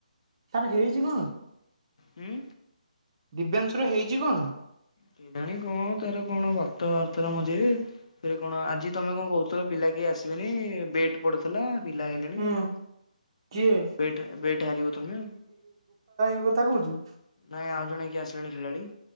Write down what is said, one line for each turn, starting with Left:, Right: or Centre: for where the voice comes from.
Right: ତାର ହେଇଚି କଣ?
Left: ହୁଁ
Right: ଦିବ୍ୟାଂଶୁର ହେଇଛି କଣ?
Left: କେଜାଣି କଣ ତାର କଣ ବାତ ବାହରିଥିଲା ମଝିରେ ଫରେ କଣ ଆଜି ତମେ କଣ କହୁଥିଲ ପିଲା କେହି ଆସିବେନି ବେଟ। ପଡୁଥିଲା ପିଲା ଆଇଲେଣି
Right: ହୁଁ
Left: ଆଉ।
Right: କିଏ
Left: ବେଟ ବେଟ୍ ହାରିବ ତୁମେ।
Right: କୋଉ କଥା କହୁଛୁ?
Left: ନାଇଁ ଆଉ ଜଣେ କିଏ ଆସିଲାଣି ଖେଳାଳି।